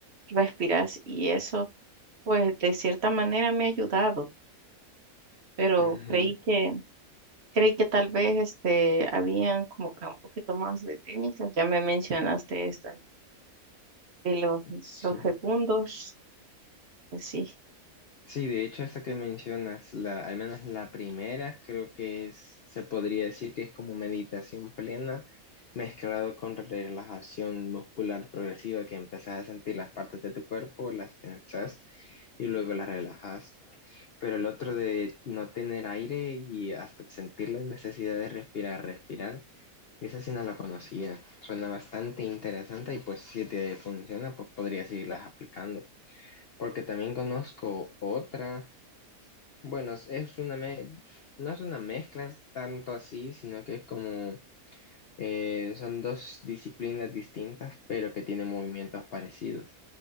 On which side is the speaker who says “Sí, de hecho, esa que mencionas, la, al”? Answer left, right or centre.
Left